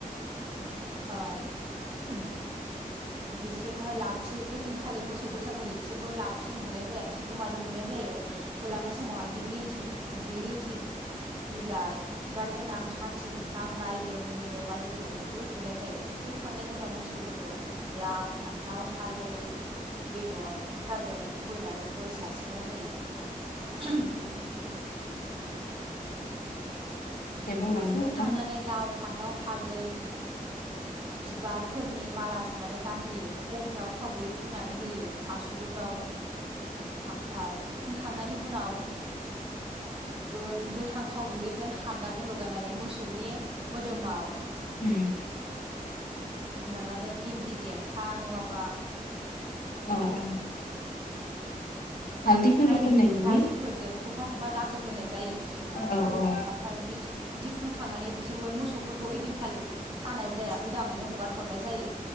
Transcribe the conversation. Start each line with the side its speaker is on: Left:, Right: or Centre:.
Right: ओ <unintelligible> बिसोरखौहाय लावथि ओदि खालि मोसौ बैसागुलि बिसोरखौ लावथिजों बुनाय जाया बिसोरखौ माजों बुनाय जायो होलांनाय समावहाय दिग्लिथिब दिग्लिथिब बिलाइ बिबार गोनां खाथि बिफां रायदों नोल बायदिफोरजोंसो बुनाय जायो थुखैखांनायनि उनाव मोसौफोरखौ लाव फान्थाव हालदै बेदर थुख्राजों खुबैनानै बो सारस्रिनाय जायो। <unintelligible>
Left: दे बुंलांदो
Right: थुखैखांनानै
Left: नोंथां
Right: लाव फान्थाव हालदै <inaudible> बिबारफोरनि माला सुनानै गानहोयो गंफ्राव थाव गुयै फुननानै होयो आसुगुदाव ओमफाय फुनखांनायनि उनाव गो गोथां थाव गुगैजों हांगार जों लगायनानानै मोसौनि मोदोमाव
Left: उम
Right: माबाजों इनदि देन्था नङाबा
Left: औ औ हालदैफोरबो
Right: बायदि
Left: फोननाय नुयो
Right: बायदिफोरजों थफा थफा दागो होनाय जायो बिसोरखौहाय
Left: औ औ
Right: ओमफाय बिसो बि दि फुनखांनानै बिसोरबो मोसौफोरखौ ओइदिनखालि खानाय जाया उदाङैनो हगार हरनाय जायो